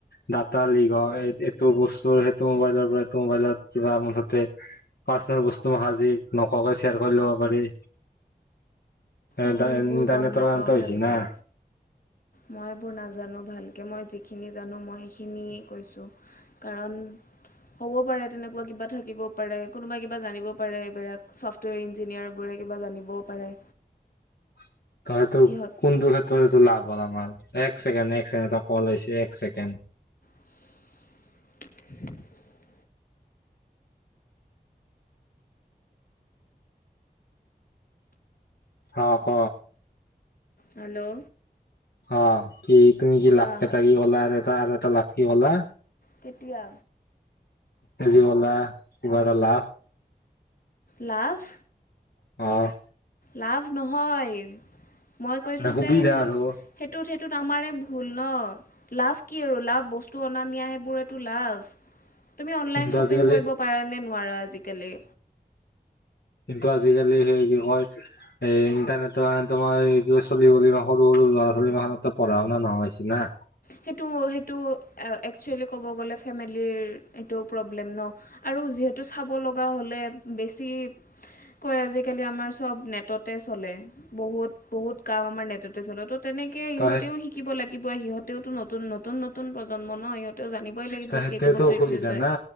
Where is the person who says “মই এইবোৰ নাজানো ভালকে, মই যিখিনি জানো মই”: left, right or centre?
Left